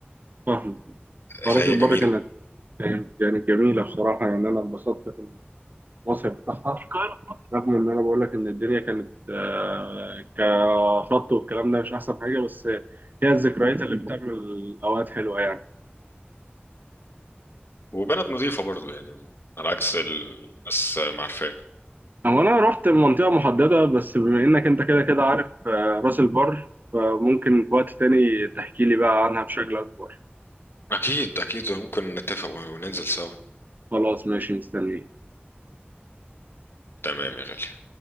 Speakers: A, on the right; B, on the left.
A: فاهم فراسة
B: فهي
A: البر
B: جميلة
A: كانت كانت يعني جميلة بصراحة يعني أنا انبسطت في المصيف بتاعها رغم إن أنا بقول لك إن الدنيا كانت آه، كخط والكلام ده مش أحسن حاجة بس هي الذكريات اللي بتعمل أوقات حلوة يعني
B: وبلد نظيفة برضو يعني على عكس الناس ما عارفاه
A: هو انا رحت منطقة محددة بس بما انك انت كده كده عارف آه، راس البر فممكن في وقت تاني تحكي لي بقى عنها بشكل اكبر
B: أكيد أكيد ممكن نتفق وننزل سوا
A: خلاص ماشي مستنيك
B: تمام يا غالي